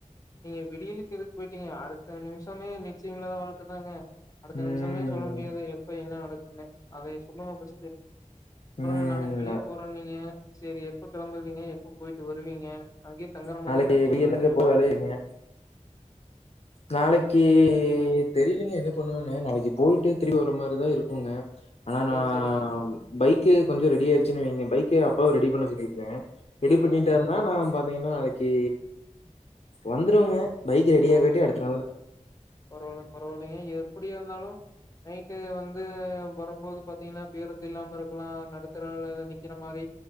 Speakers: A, on the left; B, on the left.
A: நீங்க விடியிலுக்கு எதுக்கு போயிட்டீங்க அடுத்த நிமிஷமே நிச்சயம் இல்லாத வாழ்க்க தாங்க அடுத்த
B: ம்.
A: நிமிஷமே சொல்ல முடியாது எப்ப என்ன நடக் என்ன அத சொல்லுங்க ஃபஸ்டு அப்றோ
B: ம். ம்.
A: நாளைக்கு வெளிய போறோனு நீங்க சேரி எப்ப கிளம்புவீங்க எப்ப போயிட்டு வருவீங்க அங்கேயே தங்குற
B: நாளைக்கு
A: மாரிங்களா? திரும்பி
B: வெயிலுங்க
A: வந்துருவீங்களா?
B: போய் <unintelligible> நாளைக்கு
A: சரி, சரிங்க.
B: தெரிலங்க என்ன பண்ணுவன்னு நாளைக்கு போயிட்டு திரும்பி வர்ர மாரி இதுதா இருக்குங்க ஆனா நா
A: சரி, சரிங்க.
B: பைக் பைக்கு கொஞ்சோ ரெடி ஆயிருச்சுைங்க பைக் அப்பாவ ரெடி பண்ண சொல்லிருக்கே ரெடி
A: சரிங்க.
B: பண்ணிட்டாருன்னா நான்பா ங்கன்னா நாளைக்கு வந்துருவங்க பைக் ரெடி
A: பரவாயில்லைங்க,
B: ஆகட்டி அடுத்
A: பரவாயில்ல பரவாயில்லிங்க எப்டியாருந்தாலு நைட்டு வந்து வரும்போது பாத்தீங்கன்னா பேருந்து இல்லாம இருக்கலா நடுத்தெரவுல நிக்கிற மாரி